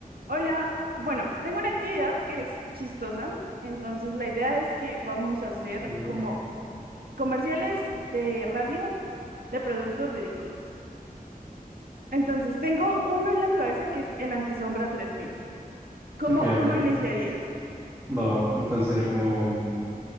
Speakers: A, on the right (about 85°); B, on the right (about 20°).
A: Hola, bueno, tengo una actividad que es chistosa, entonces la idea es que vamos a hacer
B: Mm,
A: como
B: ver.
A: comerciales de radio de productos ridículos. Entonces tengo uno en la cabeza que es el Antisombra tres mil. ¿Cómo,
B: Ok,
A: cómo
B: ok.
A: iniciarías?
B: Va, va. Entonces sería como.